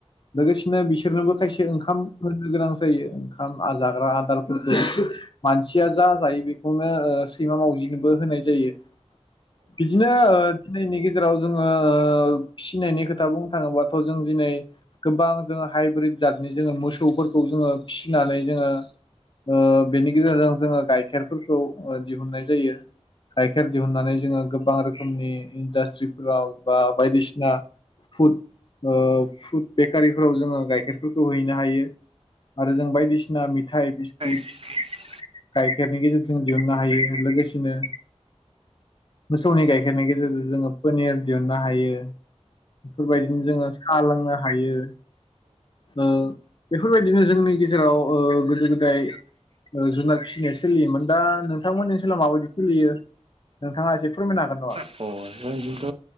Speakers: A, on the left; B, on the right.
A: लोगोसेनो बिसोरनोबो खायसे ओंखाम होनो गोनां जायो ओंखामा जाग्रा आदारफोरखौ मानसिया जा जायो बेखौनो ओ सैमा मावजिनोबो होनाय जायो। बिदिनो ओ दिनैनि गेजेराव जोङो ओ फिनायनि खोथा बुंनो थाङोबाथ जों दिनै गोबां जोङो हाइब्रिद जतनि जोङो मोसौफोरखौ जोङो फिसिनानै जोङो ओ बेनि गेजेरजों जोङो गाइखेरफोरखौ दिहुननाय जायो गाइखेर दिहुननानै जोङो गोबां रोख रोखोमनि इडासट्रिफोराव बा बायदिसिना फुड ओ फुड बेकारिफोराव जोङो गाइखेरफोरखौ हैनो हायो आरो जों बायदिसि ना मिथाइ बिस्कुट
B: जोंथ'
A: गाइखेरनि गेजेरजों दिहुननो हायो जों लोगोसेनो मोसौनि गाय खेरनि गेजेरजों जोङो पनिर दिहुननो हायो। बेफोरबायदिनो जोङो साहा लोंनो हायो ओ बेफोरबायदिनो जोंनि गेजेराव ओ गोदो गोदाय ओ जुनार फिसिनाया सोलियोमोन दा नोंथांमोननि सोलाव माबायदि सोलियो नोंथाङा एसे फोरमायनो हागोन न <unintelligible>
B: अ जोंथिथ'